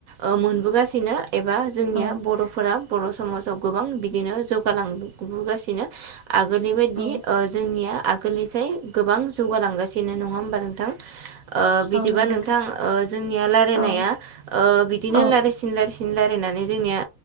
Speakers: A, on the right; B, on the right.
A: ओ मोनबोगासिनो एबा जोंनिया
B: औ
A: बर'फोरा बर' समाजाव गोबां बिदिनो जौगालांबोगासिनो। आगोलनि बायदि
B: औ
A: ओ जोंनिया आगोलनिफ्रायाय गोबां जौगालांगास सिनो नङा होमबा नोंथां? ओ बिदिबा
B: औ नंगौ
A: नोंथां ओ जोंनिया रायजलायनाया
B: औ
A: ओ बिदिनो
B: औ
A: लारायसिन लारायनायसि सिन रायलायनानै जोंनिया